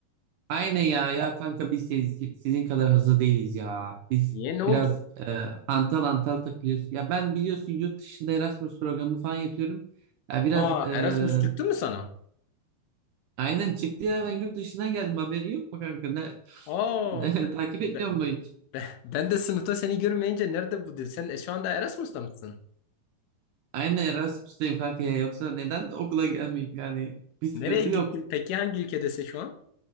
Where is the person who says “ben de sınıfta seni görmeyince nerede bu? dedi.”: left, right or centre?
Left